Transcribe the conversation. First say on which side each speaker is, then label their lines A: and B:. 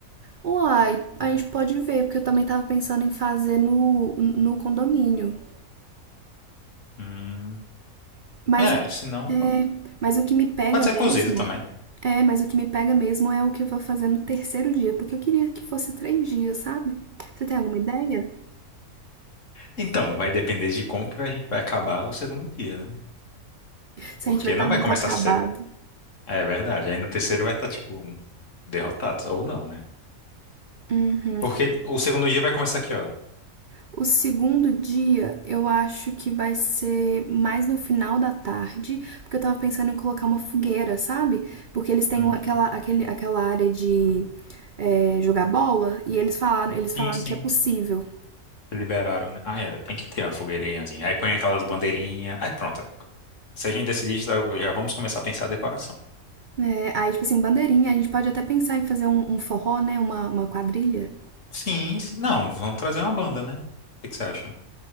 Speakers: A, on the right (about 60°); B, on the left (about 60°).
A: uai, a gente pode ver, porque eu também tava pensando em fazer no, no condomínio.
B: Hum,
A: Mas
B: é,
A: o que,
B: se não,
A: é,
B: pô,
A: mas o que me pega
B: pode ser
A: mesmo,
B: cozido também.
A: é, mas o que me pega mesmo é o que eu vou fazer no terceiro dia, porque eu queria que fosse três dias, sabe? Você tem alguma ideia?
B: Então, vai depender de como que a gente vai acabar o segundo dia, né?
A: Se
B: Porque
A: a gente vai estar
B: não
A: muito
B: vai começar
A: acabado.
B: cedo. É verdade. Aí no terceiro vai estar, tipo, derrotados. Ou não, né?
A: Uhum.
B: Porque o segundo dia vai começar que hora?
A: O segundo dia eu acho que vai ser mais no final da tarde, porque eu tava pensando em colocar uma fogueira, sabe? Porque eles têm
B: Hum,
A: aquela, aquele, aquela área de é, jogar bola e eles falaram, eles falaram
B: Sim, sim.
A: que é possível.
B: Liberaram, né? Ah, é, tem que ter uma fogueirinhazinha. Aí põe aquelas bandeirinhas. Aí pronto. Se a gente decidir isso, já vamos começar a pensar a decoração.
A: É, aí, tipo assim, bandeirinha, a gente pode até pensar em fazer um, um forró, né? Uma, uma quadrilha.
B: Sim, sim. Não, vamos trazer uma banda, né? O que que você acha?